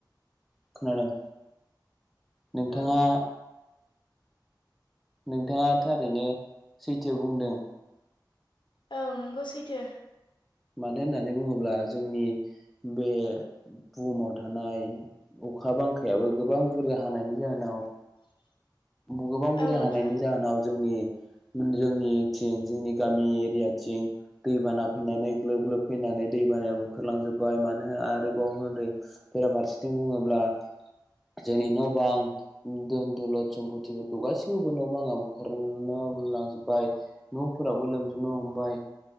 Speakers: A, in the centre; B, on the left.
A: खोनादों? नोंथाङा
B: औ
A: नोंथाङा थारैनो सैथो बुंदों
B: औ नोंगौ सैथो।
A: मानो होननानै बुङोब्ला जोंनि बे बुहुमाव थानाय अखा बांखायाबो गोबां बुरजा हानायनि जाहोनाव
B: <inaudible>
A: गोबां बुरजा
B: औ
A: हानानायनि
B: नोंथां
A: जाहोनाव जोंनि जोंनिथिं जोंनि गामि एरियाथिं दै बाना फैनानै ग्लोब ग्लोब फैनानै दै बानायाव बुखारलांजोब मानो होननो आरोबाव बेराफारसेथिं बुङोब्ला जोंनि न' बां दोन-दोलद सम्पतिफोरखौ गासैखौबो न' बाङा बुखारना बाय न'फोराबो लोमजोबनो हमबाय